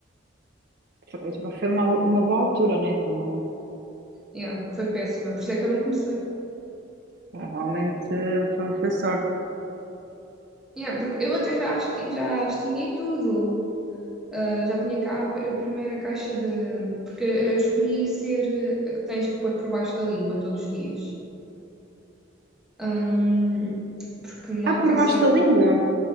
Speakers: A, on the right; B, in the centre.
A: foi, tipo, foi uma, uma boa altura, né? Também.
B: Yeah, foi péssima, por isso é que eu não comecei.
A: Ah, Realmente eh, foi, foi sorte.
B: Yeah, porque eu até já, acho que- já as tinha e tudo. Ah, já tinha cá a p- a primeira caixa de. Porque eu escolhi ser a que tens que pôr por baixo da língua todos os dias. Ahm, porque não
A: Ah,
B: apetece
A: por baixo
B: ir.
A: da língua.